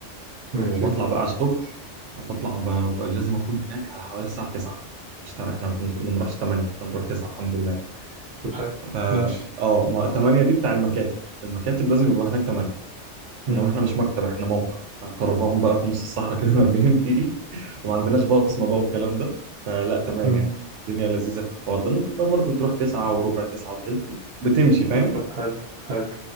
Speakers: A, on the right; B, on the right.
A: ماشي
B: وبطلع بقى على الشغل بطلع ب- ب- لازم اكون هناك على حوالي الساعه 9 مش تع- احنا بنوص- ما بنروحش 8 احنا بنروح 9 الحمد لله
A: طب حلو
B: ف
A: ماشي
B: اه ما 8 دي بتاع المكاتب المكاتب لازم يبقى هناك 8
A: امم
B: انما احنا مش مكتب احنا موقع كرفان بقى في نص الصحراء كده <laughs> مرميين فيه وما عندناش بصمه بقى والكلام ده فلا تمام
A: امم
B: يعني الدنيا لذيذه في الحوار ده ممكن بقى برضه تروح 9 وربع 9 وثلث بتمشي فاهم
A: طب حلو حلو